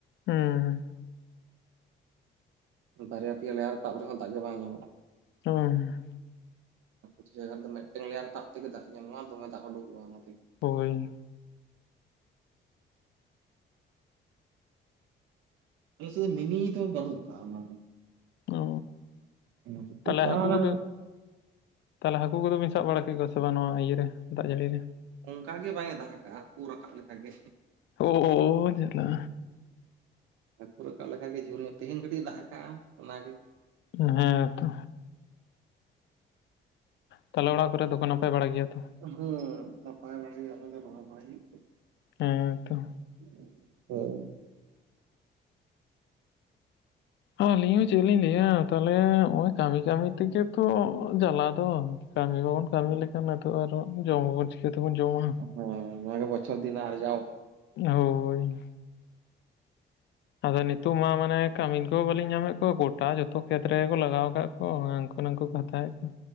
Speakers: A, on the left; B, on the right.
A: ᱦᱩᱸ,
B: ᱵᱟᱨᱭᱟ ᱯᱮᱭᱟ ᱞᱮᱭᱟᱨ ᱛᱟᱵ ᱨᱮᱦᱚᱸ ᱫᱟᱜ ᱜᱮ ᱵᱟᱝ ᱧᱟᱢᱚᱜ-ᱟ᱾
A: ᱦᱩᱸ,
B: ᱟᱨ ᱠᱤᱪᱷᱩ ᱡᱟᱭᱜᱟ ᱨᱮᱫᱚ ᱢᱮᱫᱴᱮᱱ ᱞᱮᱭᱟᱨ ᱛᱟᱵ ᱛᱮᱜᱮ ᱫᱟᱜ ᱧᱟᱢᱚᱜ-ᱟ, ᱫᱚᱢᱮ ᱫᱟᱜ ᱩᱰᱩᱠᱚᱜ-ᱟ ᱚᱱᱟ ᱛᱮᱜᱮ᱾
A: ᱦᱳᱭ,
B: ᱟᱞᱮ ᱥᱮᱫ ᱫᱚ ᱢᱤᱱᱤ ᱛᱚ ᱵᱟᱹᱱᱩᱜ ᱠᱟᱜ-ᱟ ᱚᱱᱟ ᱫᱚ᱾
A: ᱚ,
B: ᱚᱱᱟ ᱠᱷᱟᱹᱛᱤᱨ
A: ᱛᱟᱦᱚᱞᱮ
B: ᱡᱟᱦᱟᱸ
A: ᱦᱟᱹᱠᱩ <unintelligible> ᱛᱟᱦᱚᱞᱮ ᱦᱟᱹᱠᱩ ᱠᱚᱫᱚ ᱵᱤᱱ ᱥᱟᱵ ᱵᱟᱲᱟ ᱠᱮᱫ ᱠᱚᱣᱟ ᱥᱮ ᱵᱟᱝ ᱱᱚᱣᱟ ᱤᱭᱟᱹ ᱨᱮ ᱫᱟᱜ ᱡᱟᱹᱲᱤ ᱨᱮ?
B: ᱚᱱᱠᱟ ᱜᱮ ᱵᱟᱝ ᱮ ᱫᱟᱜ ᱠᱟᱜ-ᱟ ᱦᱟ. ᱠᱩ ᱨᱟᱠᱟᱵ ᱞᱮᱠᱟ ᱜᱮ᱾
A: ᱳᱻ ᱡᱟᱞᱟ᱾
B: ᱦᱟᱹᱠᱩ ᱨᱟᱠᱟᱵ ᱞᱮᱠᱟ ᱜᱮ ᱡᱩᱨ ᱧᱚᱜ ᱛᱤᱦᱤᱧ ᱠᱟᱹᱴᱤᱡ ᱫᱟᱜ ᱠᱟᱜ-ᱟ ᱚᱱᱟ ᱜᱮ᱾
A: ᱦᱮᱸ ᱛᱚ, ᱛᱟᱦᱚᱞᱮ ᱚᱲᱟᱜ ᱠᱚᱨᱮ ᱫᱚᱠᱚ ᱱᱟᱯᱟᱭ ᱵᱟᱲᱟ ᱜᱮᱭᱟ ᱛᱚ?
B: ᱦᱩᱸ ᱱᱟᱯᱟᱭ ᱵᱟᱲᱟ ᱜᱮ ᱟᱞᱮ ᱫᱚ ᱨᱚᱦᱚᱭ ᱵᱟᱲᱟᱭ ᱦᱩᱭᱩᱜ ᱛᱮ᱾
A: ᱦᱮᱸ ᱛᱚ,
B: <unintelligible>
A: ᱟᱹᱞᱤᱧ ᱦᱚᱸ ᱪᱮᱫ ᱞᱤᱧ ᱞᱟᱹᱭᱟ ᱛᱟᱦᱚᱞᱮ ᱱᱚᱜ-ᱚᱭ ᱠᱟᱹᱢᱤ ᱠᱟᱹᱢᱤ ᱛᱮᱜᱮ ᱛᱚ ᱡᱟᱞᱟ ᱫᱚ᱾ ᱠᱟᱹᱢᱤ ᱵᱟᱵᱚᱱ ᱠᱟᱹᱢᱤ ᱞᱮᱠᱷᱟᱱ ᱱᱤᱛᱚᱜ ᱟᱨᱚ ᱡᱚᱢ ᱟᱵᱚᱱ ᱪᱤᱠᱟᱹ ᱛᱮᱵᱚᱱ ᱡᱚᱢᱟ᱾
B: ᱦᱮᱸ ᱚᱱᱟ ᱜᱮ ᱵᱚᱪᱷᱚᱨ ᱫᱤᱱ ᱨᱮᱱᱟᱜ ᱟᱨᱡᱟᱣ᱾
A: ᱦᱳᱭ, ᱟᱫᱚ ᱱᱤᱛᱚᱜ ᱢᱟ ᱢᱟᱱᱮ ᱠᱟᱹᱢᱤᱱ ᱠᱚᱦᱚᱸ ᱵᱟᱹᱞᱤᱧ ᱧᱟᱢ ᱮᱫ ᱠᱚᱣᱟ, ᱜᱚᱴᱟ ᱡᱚᱛᱚ ᱠᱷᱮᱛ ᱨᱮᱜᱮ ᱠᱚ ᱞᱟᱜᱟᱣ ᱟᱠᱟᱫ ᱠᱚ᱾ ᱩᱱᱠᱩ ᱠᱷᱚᱱ ᱩᱱᱠᱩ ᱠᱚ ᱦᱟᱛᱟᱣ ᱮᱫ ᱠᱚᱣᱟ